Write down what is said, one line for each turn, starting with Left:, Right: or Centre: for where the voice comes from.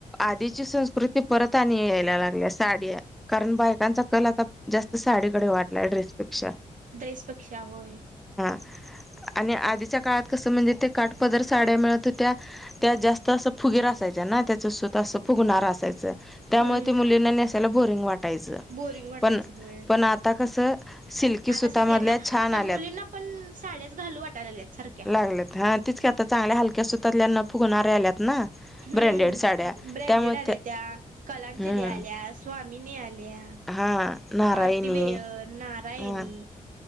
Centre: आधीची संस्कृती परत आणि यला लागल्या साड्या, कारण बायकांचा कल आता जास्त साडीकडे वाढलाय, ड्रेसपेक्षा
Right: ड्रेसपेक्षा होय?
Centre: <unintelligible> आणि आधीच्या काळात कसं, म्हणजे ते काटपदर साड्या मिळत होत्या, त्या जास्त असं फुगेर असायच्या. ना त्याच सुत अस फुगणार असायच, त्यामुळे
Right: हम्म
Centre: मुलींना नेसायला बोरिंग वा टच
Right: बोरिंग वाटायचं
Centre: पण
Right: होय
Centre: पण आता कस सिल्की सुतमधल्या
Right: आता सगळ्यांना
Centre: छान
Right: आता
Centre: आल्यात
Right: मुलींना पण साड्याच घालू वाटायला लागल्यात सारख्या
Centre: लागलेत हा तिच की आता चांगल्या हलक्या सुतातल्याना न फुगणाऱ्या आल्यात ना
Right: हम्म
Centre: ब्रँडेड साड्या
Right: ब्रँडेड
Centre: त्यामुळे
Right: आल्या त्या कलांजली
Centre: हम्म
Right: आल्या स्वामिनी आ ल्या
Centre: हा नारायणी
Right: पार्टीवेअर नारायणी
Centre: हा